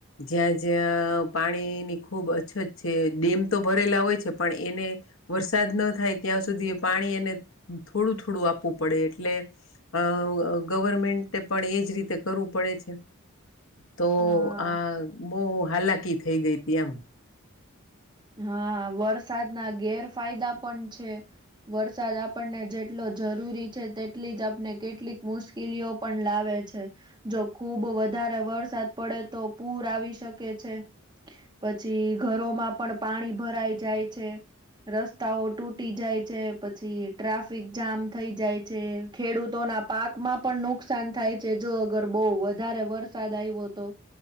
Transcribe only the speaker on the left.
જ્યાં જ્યાં પાણીની ખુબ અછત છે ડેમ તો ભરેલા હોય છે પણ એને વરસાદ ન થાય ત્યાં સુધી પાણી એને થોડું થોડું આપવું પડે એટલે અ અહહ ગવર્મેન્ટ પણ એજ રીતે કરવું પડે છે તો
આ બહ હાલાકી થઈ ગઈ હતી એમ